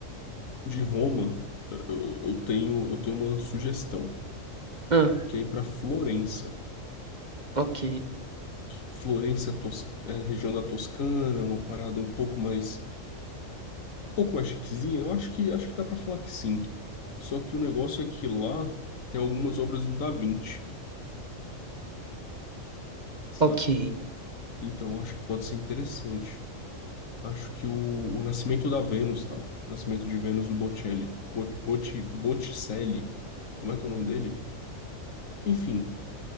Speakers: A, on the left; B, on the right.
A: De Roma, eu, eu- eu tenho, eu tenho uma sugestão,
B: Ah,
A: que é ir pra Florença.
B: ok.
A: Florença é, tos- é região da Toscana, uma parada um pouco mais, um pouco mais chiquezinha. Eu acho que, acho que dá pra falar que sim. Só que o negócio é que lá tem algumas obras do Da Vinci. Saca?
B: Ok.
A: Então, eu acho que pode ser interessante. Acho que o, o Nascimento da Vênus tá lá. Nascimento de Vênus do Botticelli. Bot, Botti, Botticelli. Como é que é o nome dele? Enfim,